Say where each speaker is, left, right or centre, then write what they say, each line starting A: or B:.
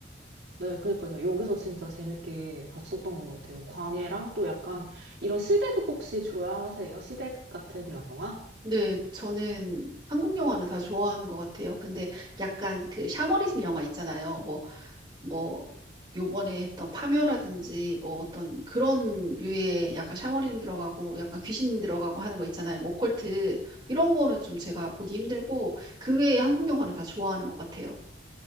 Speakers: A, on the right; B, on the right.
A: 네, 그러니까요. 여기서 진짜 재밌게 봤었던 것 같아요. 광해랑 또 약간 이런 시대극 혹시 좋아하세요? 시대극 같은 영화?
B: 네, 저는 한국 영화는 다 좋아하는 것 같아요. 근데 약간 그 샤머니즘 영화 있잖아요. 뭐 뭐 요번에 했던 파묘라든지 뭐 어떤 그런 류의 약간 샤머니즘 들어가고 약간 귀신 들어가고 하는 거 있잖아요. 뭐 오컬트 이런 거는 좀 제가 보기 힘들고 그 외에 한국 영화는 다 좋아하는 것 같아요.